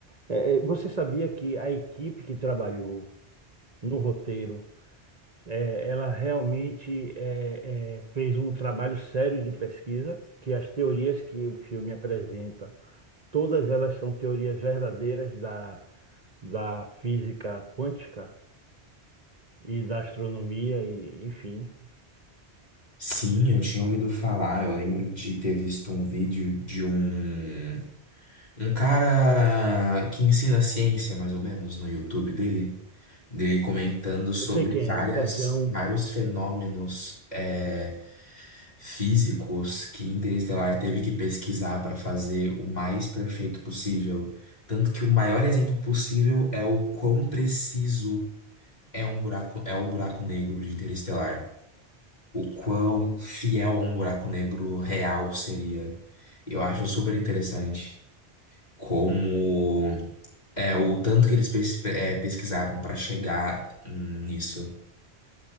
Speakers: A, on the right (about 35°); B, on the left (about 40°).
A: é, é, você sabia que a equipe que trabalhou no roteiro, é, ela realmente é, é, fez um trabalho sério de pesquisa, que as teorias que o filme apresenta, todas elas são teorias verdadeiras da, da física quântica e da astronomia, e, enfim.
B: Sim, eu tinha ouvido falar. Eu lembro de ter visto um vídeo de um Um cara que ensina ciência, mais ou menos, no YouTube dele, dele comentando sobre
A: Eu sei quem
B: várias,
A: é, Serjão,
B: vários fenômenos é, físicos que Interestelar teve que pesquisar para fazer o mais perfeito possível. Tanto que o maior exemplo possível é o quão preciso é um buraco, é o buraco negro de Interestelar. O quão fiel a um buraco negro real seria. Eu acho super interessante como é, o tanto que eles pes- é, pesquisaram pra chegar nisso.